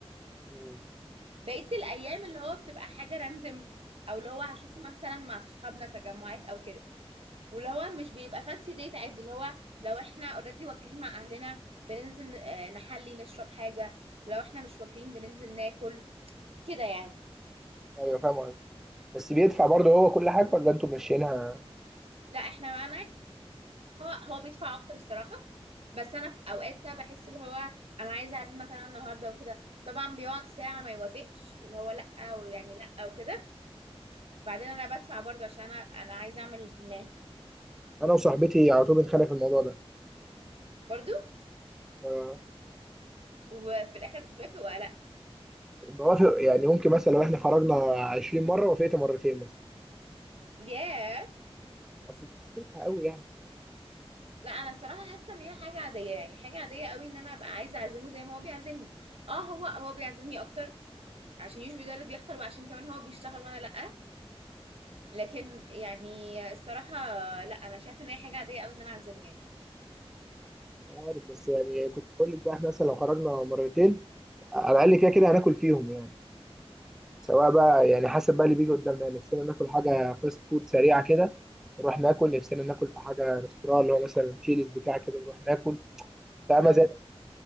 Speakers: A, in the centre; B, on the right.
A: مم.
B: بقيه الايام اللي هو بتبقى حاجه راندم او اللي هو هشوفه مثلا مع صحابنا تجمعات او كده ولو هو مش بيبقى فانسي ديت عادي اللي هو لو احنا اوريدي واكلين مع اهلنا بننزل آه، نحلي نشرب حاجة لو احنا مش واكلين بننزل ناكل كده يعني
A: أيوه فاهم قصدي بس بيدفع برضه هو كل حاجة ولا أنتوا ماشيينها؟
B: لا احنا معانا هو هو بيدفع اكتر الصراحة بس انا في اوقات كده بحس اللي هو انا عايزة اعزمك انا النهاردة وكده طبعا بيقعد ساعة ما يوافقش واللي هو لا ويعني لا وكده بعدين انا بدفع برضه عشان انا انا عايزة اعمل اللي في دماغي
A: أنا وصاحبتي على طول بنتخانق في الموضوع ده
B: برضه
A: آه.
B: وفي الاخر بتوافق ولا لا
A: بوافق يعني ممكن مثلا لو احنا خرجنا 20 مره وافقت مرتين مثلا
B: ياه
A: بس مش حاسسها قوي يعني
B: لا انا الصراحه حاسه ان هي حاجه عاديه يعني حاجه عاديه قوي ان انا ابقى عايزه اعزمه زي ما هو بيعزمني اه هو هو بيعزمني اكتر عشان يشبه ده اللي بيحصل وعشان كمان هو بيشتغل وانا لا لكن يعني الصراحه لا انا شايفه ان هي حاجه عاديه قوي ان انا اعزمه يعني
A: مش عارف بس يعني كنت بقول لك بقى احنا مثلا لو خرجنا مرتين على الاقل كده كده هناكل فيهم يعني سواء بقى يعني حسب بقى اللي بيجي قدامنا يعني. نفسنا ناكل حاجه فاست فود سريعه كده نروح ناكل نفسنا ناكل في حاجه ريستوران اللي هو مثلا تشيلز بتاع كده نروح ناكل فاهمه
B: اه
A: زي